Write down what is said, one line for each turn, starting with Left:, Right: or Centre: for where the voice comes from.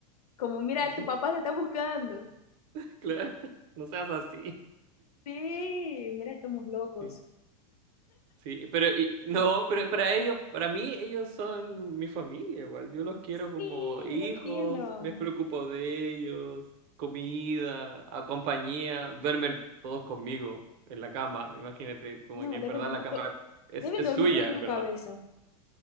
Left: Como, mira,
Right: sí,
Left: tu papá te está buscando.
Right: <laughs> claro, no seas así.
Left: Sí, mira, estamos locos.
Right: Sí. Sí, pero y- no, pero para ellos, para mí ellos son mi familia igual. Yo los quiero como
Left: Sí,
Right: hijos,
Left: lo entiendo.
Right: me preocupo de ellos, comida, a compañía, duermen todos conmigo en la cama. Imagínate, como
Left: No,
Right: que en
Left: deben
Right: verdad
Left: dormir,
Right: la cama
Left: to-
Right: es,
Left: deben
Right: es
Left: dormir
Right: suya,
Left: todo en
Right: en
Left: tu
Right: verdad.
Left: cabeza.